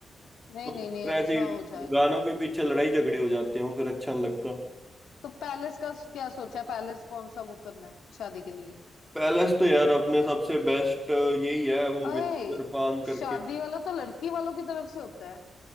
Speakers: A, on the left; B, in the centre.
A: नहीं
B: तो
A: नहीं नहीं
B: फिर
A: अच्छा
B: ऐसे ही
A: हो जाएगा
B: गानों
A: वो
B: के पीछे लड़ाई झगड़े हो जाते हैं वो फिर अच्छा नहीं लगता
A: तो पैलेस का क्या सोचा है पैलेस कौन सा बुक करना है शादी के लिए
B: पैलेस तो यार अपने सबसे बेस्ट यही है वो
A: अरे
B: विनिगर पाम
A: शादी
B: करके
A: वाला तो लड़की वालों की तरफ से होता है